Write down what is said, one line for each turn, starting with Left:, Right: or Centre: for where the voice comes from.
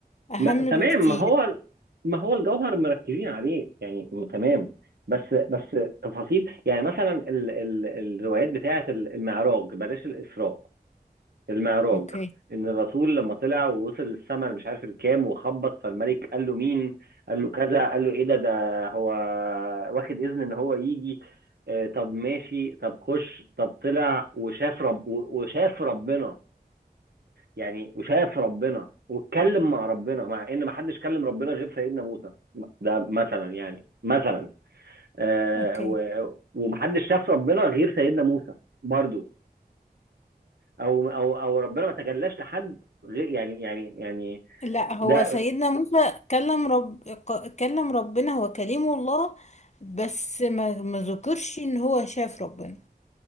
Left: اهم
Right: ما تمام
Left: بكتير
Right: ما هو ما هو الجوهر مركزين عليه يعني م- تمام بس بس تفاصيل يعني مثلا ال ال الروايات بتاعه ال- المعراج بلاش الإسراء المعراج
Left: اوكي
Right: ان الرسول لما طلع ووصل السماء مش عارف الكام وخبط فالملك قال له مين قال له كذا قال له ايه ده ده هو واخد اذن ان هو يجي آه، طب ماشي طب خش طب طلع وشاف رب و- وشاف ربنا يعني وشايف ربنا واتكلم مع ربنا مع ان ما حدش كلم ربنا غير سيدنا موسى ده مثلا يعني مثلا آه
Left: اوكي
Right: و- ومحدش شاف ربنا غير سيدنا موسى برضو او او او ربنا ما تجلاش لحد غير يعني يعني يعني
Left: لا هو
Right: ده
Left: سيدنا موسى كلم رب ك- كلم ربنا هو كليم الله بس ما ما ذكرش ان هو شاف ربنا